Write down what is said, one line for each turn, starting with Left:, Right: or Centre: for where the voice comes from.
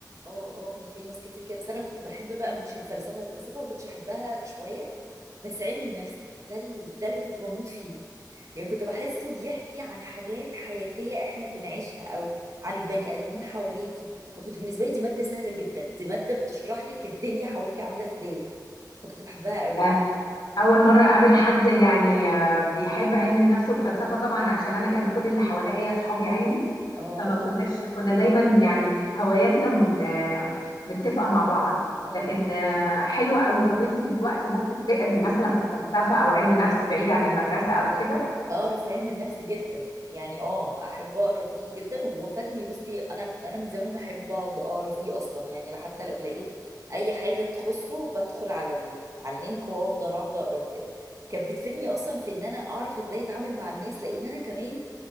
Right: اه اه ما في ناس كتير كده بس أنا كنت بحب بقى مش الفلسفة الفلسفة ما كنتش أحبها شوية بس علم النفس ده ال- ده اللي كنت بموت فيه يعني كنت بحسه بيحكي عن حاجات حياتية احنا بنعيشها او عن البني ادمين حواليكي فكنت بالنسبة لي دي مادة سهلة جدا دي مادة بتشرح لك الدنيا حواليك عاملة ازاي فكنت بحبها قوي
Left: آه، أول مرة أقابل حد يعني آه، بيحب علم النفس والفلسفة طبعا عشان أنا كان كل اللي حواليا صحابي علمي
Right: اه
Left: فما كناش كنا دايما يعني هواياتنا م- آه، متفقة مع بعض
Right: اه
Left: لكن آه، حلوة قوي طب أنت دلوقتي ممكن تقري مثلا في فلسفة أو علم نفس بعيد عن المدرسة أو كده
Right: اقرا في علم النفس جدا يعني اه احب اقرا فيه جدا وهو فادني بصي انا انا من زمان بحب اقعد اقرا فيه اصلا يعني حتى لو لقيت اي حاجة تخصه بدخل على ال... على اللينك وافضل اقعد اقرا وكده كانت بتفيدني اصلا في ان انا اعرف ازاي اتعامل مع الناس لان انا كمان